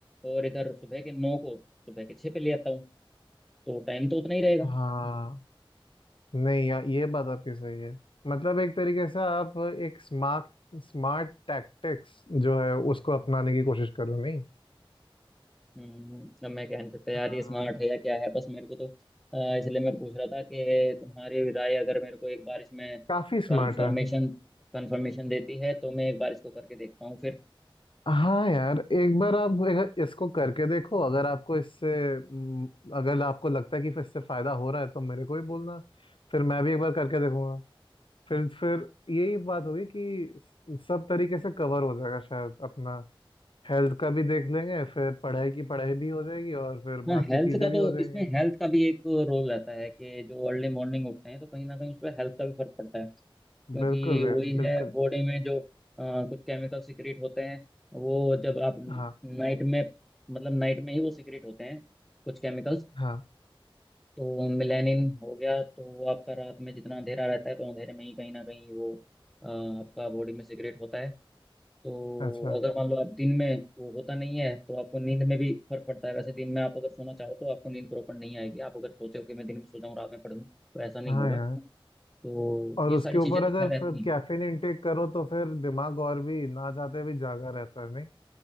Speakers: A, in the centre; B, on the left.
A: और इधर सुबह के नौ को सुबह के छः पे ले आता हूँ तो टाइम तो उतना ही रहेगा
B: हाँ नहीं यार ये बात आपकी सही है मतलब एक तरीके से आप एक स्मार्ट स्मार्ट टैक्टिक्स जो है उसको अपनाने की कोशिश कर रहे हो नहीं
A: हम्म, अब मैं क्या नहीं सकता यार
B: हाँ
A: ये स्मार्ट है या क्या है बस मेरे को तो अ, इसलिए मैं पूछ रहा था कि तुम्हारी राय अगर मेरे को एक बार इसमें
B: काफी स्मार्ट
A: कंफर्मेशन
B: है
A: कंफर्मेशन देती है तो मैं एक बार इसको करके देखता हूँ फिर
B: हाँ यार एक बार आप अगर इसको करके देखो अगर आपको इससे हम्म, अगर आपको लगता है कि इससे फायदा हो रहा है तो मेरे को भी बोलना फिर मैं भी एक बार करके देखूंगा फिर फिर यही बात होगी कि स- सब तरीके से कवर हो जाएगा शायद अपना हेल्थ का भी देख लेंगे फिर पढ़ाई की पढ़ाई भी हो जाएगी और फिर
A: हाँ
B: बाकी
A: हेल्थ
B: चीजें
A: का तो
B: भी हो जाएंगी
A: इसमें हेल्थ का भी एक रोल रहता है कि जो अर्ली मॉर्निंग उठते हैं तो कहीं ना कहीं उस पर हेल्थ का भी फर्क पड़ता है क्योंकि
B: बिल्कुल यार
A: वही
B: बिल्कुल
A: है बॉडी में जो अ, कुछ केमिकल सिक्रेट होते हैं वो जब आप
B: हाँ
A: नाइट में मतलब नाइट में ही वो सिक्रेट होते हैं कुछ केमिकल्स
B: हाँ
A: तो मेलानिन हो गया तो वो आपका रात में जितना अंधेरा रहता है तो अंधेरे में ही कहीं ना कहीं वो अ, आपका बॉडी में सिक्रेट होता है तो
B: अच्छा
A: अगर मान लो आप दिन में वो होता नहीं है तो आपको नींद में भी फर्क पड़ता है वैसे दिन में आप अगर सोना चाहो तो आपको नींद प्रॉपर नहीं आएगी आप अगर सोचो कि मैं दिन में सो जाऊँ रात में पढ़ लूँ तो ऐसा नहीं
B: हाँ
A: होगा
B: यार
A: तो
B: और
A: ये
B: उसके
A: सारी चीज़ें
B: ऊपर
A: तो
B: अगर
A: खैर रहती
B: फिर
A: हैं
B: कैफीन इनटेक करो तो फिर दिमाग और भी ना चाहते भी जागा रहता है नहीं